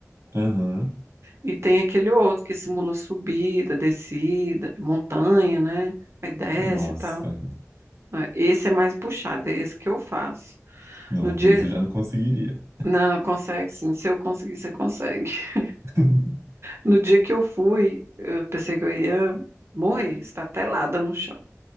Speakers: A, on the right (about 70°); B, on the right (about 55°).
A: Aham.
B: E tem aquele outro que simula subida, descida, montanha, né? Aí desce
A: Nossa.
B: e tal. Ah, Esse é mais puxado, é esse que eu faço.
A: Nossa,
B: No dia.
A: isso eu já não conseguiria.
B: Não, consegue sim. Se eu conseguir, você consegue. <laughs>
A: <laughs>
B: No dia que eu fui, eu pensei que eu ia morrer, estatelada no chão.